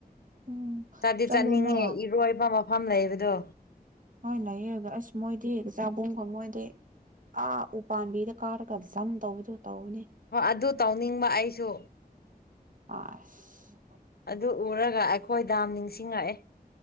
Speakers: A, on the right (about 60°); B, on the left (about 80°).
A: ꯎꯝ
B: ꯆꯠꯗꯤ
A: ꯆꯠꯂꯨꯅ
B: ꯆꯠꯅꯤꯡꯉꯦ ꯏꯔꯣꯏꯕ ꯃꯐꯝ ꯂꯩꯕꯗꯣ
A: ꯍꯣꯏ ꯂꯩꯌꯣ ꯑꯁ ꯃꯣꯏꯗꯤ ꯆꯥꯕꯣꯡꯒ ꯃꯣꯏꯗꯤ ꯑꯥ ꯎ ꯄꯥꯟꯝꯕꯤꯗ ꯀꯥꯔꯒ ꯖꯝ ꯇꯧꯕꯗꯣ ꯇꯧꯕꯅꯤ
B: ꯍꯣꯏ ꯑꯗꯨ ꯇꯧꯅꯤꯡꯕ ꯑꯩꯁꯨ
A: ꯑꯁ
B: ꯑꯗꯨ ꯎꯔꯒ ꯑꯩꯈꯣꯏꯗꯥꯝ ꯅꯤꯡꯁꯤꯡꯉꯛꯑꯦ